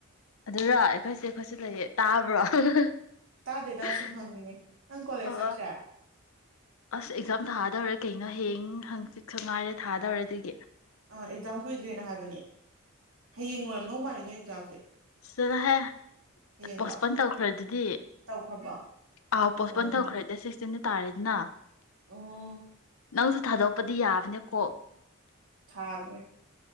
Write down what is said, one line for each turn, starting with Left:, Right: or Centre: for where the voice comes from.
Left: ꯑꯗꯨꯔ ꯑꯩꯈꯣꯏꯁꯦ ꯑꯩꯈꯣꯏꯁꯨ ꯂꯩꯌꯦ ꯇꯥꯕ꯭ꯔꯣ ꯑꯣ
Right: ꯇꯥꯗꯦꯗ ꯁꯨꯝ ꯍꯪꯉꯤꯅꯦ ꯅꯪ ꯀꯣꯂꯦꯖ ꯆꯠꯇ꯭ꯔꯦ
Left: ꯑꯁ ꯑꯦꯛꯖꯥꯝ ꯊꯥꯗꯧꯔ ꯀꯩꯅꯣ ꯍꯌꯦꯡ ꯍꯪꯆꯤ ꯁꯪ ꯉꯥꯏꯔꯦ ꯊꯥꯗꯧꯔꯦ ꯑꯗꯨꯗꯒꯤ
Right: ꯑꯦꯛꯖꯥꯝ ꯀꯨꯏꯗ꯭ꯔꯦꯅ ꯍꯥꯏꯕꯅꯤ ꯍꯌꯦꯡ ꯑꯣꯏꯣꯏꯔꯝꯗꯧ ꯃꯥꯜꯂꯤꯅꯦ ꯑꯦꯛꯖꯥꯝꯁꯦ
Left: ꯆꯗ ꯍꯥꯏꯦ
Right: ꯍꯌꯦꯡꯂꯣ
Left: ꯄꯣꯁꯄꯣꯟ ꯇꯧꯈ꯭ꯔꯦ ꯑꯗꯨꯗꯤ
Right: ꯇꯧꯈ꯭ꯔꯕꯣ
Left: ꯑꯥꯎ ꯄꯣꯁꯄꯣꯟ
Right: ꯑꯣ
Left: ꯇꯧꯈ꯭ꯔꯦꯗꯤ ꯁꯤꯛꯁꯇꯤꯟ ꯇꯥꯔꯦꯠꯅ
Right: ꯑꯣ
Left: ꯅꯪꯁꯨ ꯊꯥꯗꯣ ꯑꯗꯤ ꯌꯥꯕꯅꯦ ꯀꯣ
Right: ꯊꯥꯔ꯭ꯔꯦ